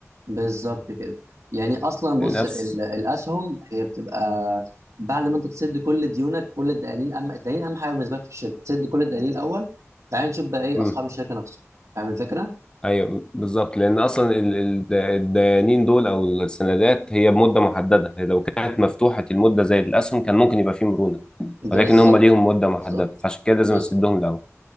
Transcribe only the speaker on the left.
نفس
مم.
ايوه بالظبط لان اصلا ال- ال- الديانين دول او السندات هي بمده محدده هي لو كانت مفتوحه المده زي الاسهم كان ممكن يبقى فيه مرونه
ولكن هم ليهم مده محدده
فعشان كده لازم
نسدهم الاول